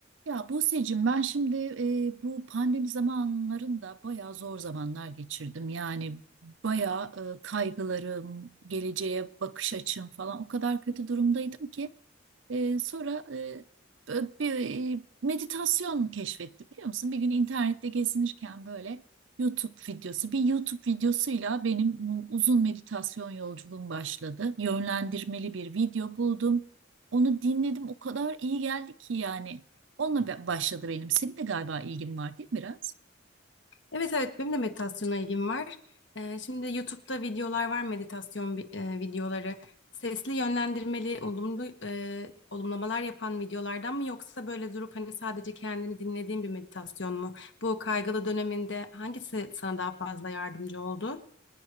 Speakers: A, on the right (about 70°); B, on the left (about 65°).
A: Ya Buse'cim ben şimdi e, bu pandemi zamanlarında bayağı zor zamanlar geçirdim. Yani bayağı e, kaygılarım, geleceğe bakış açım falan o kadar kötü durumdaydım ki ee, sonra e, bö- bir e, meditasyon keşfettim biliyor musun? Bir gün internette gezinirken böyle YouTube videosu, bir YouTube videosuyla benim bu uzun meditasyon yolculuğum başladı. Yönlendirmeli bir video buldum. Onu dinledim, o kadar iyi geldi ki yani. Onunla be- başladı benim. Senin de galiba ilgin var değil mi biraz?
B: Evet evet benim de meditasyona ilgim var. Ee, şimdi YouTube'da videolar var meditasyon bi- e, videoları. Sesli yönlendirmeli olumlu e, olumlamalar yapan videolardan mı yoksa böyle durup hani sadece kendini dinlediğin bir meditasyon mu? Bu kaygılı döneminde hangisi sana daha fazla yardımcı oldu?